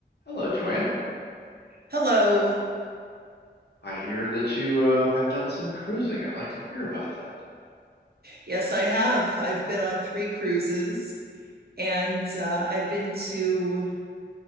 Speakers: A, on the left; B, on the right.
A: Hello, Joanne.
B: Hello.
A: I hear that you uh, have done some cruising. I'd like to hear about that.
B: Yes, I have. I've been on three cruises and uh, I've been to